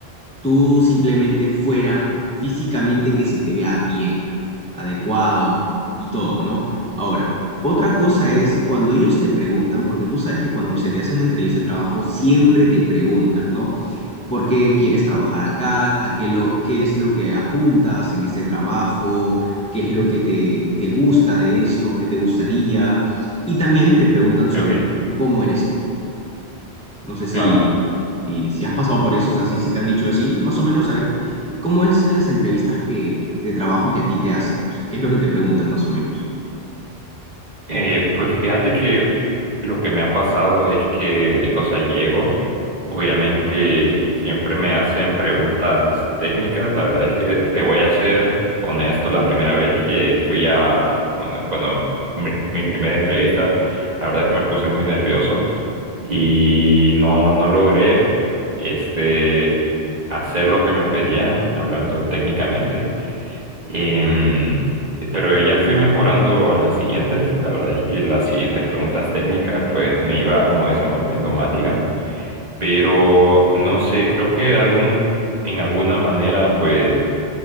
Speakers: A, in the centre; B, on the right.
A: tú simplemente fuera físicamente que se te vea bien, adecuado y todo, ¿no? Ahora, otra cosa es cuando ellos te preguntan, porque tú sabes que cuando se te hace una entrevista de trabajo siempre te preguntan, ¿no? ¿Por qué quieres trabajar acá? ¿A qué, lo, qué es lo que apuntas en este trabajo? ¿Qué es lo que te, te gusta de esto? ¿Qué te gustaría? Y también te preguntan sobre
B: ok,
A: cómo eres tú. No sé si
B: claro.
A: y si has pasado por eso, o sea, si, si te han dicho así, más o menos saber cómo es en las entrevistas que, de trabajo que a ti te hacen. O sea, qué es lo que te preguntan más o menos.
B: Eh, pues fíjate que lo que me ha pasado es que, o sea, llego, obviamente siempre me hacen preguntas técnicas, la verdad es que te voy a ser honesto, la primera vez que fui a, bueno, mi, mi primera entrevista, la verdad es que me puse muy nervioso y no, no logré, este, hacer lo que me pedían, hablando técnicamente. Em, pero ya fui mejorando en las siguientes. La verdad es que las siguientes preguntas técnicas pues me iba como desenvolviendo más, digamos. Pero no sé, creo que de algún, en alguna manera pues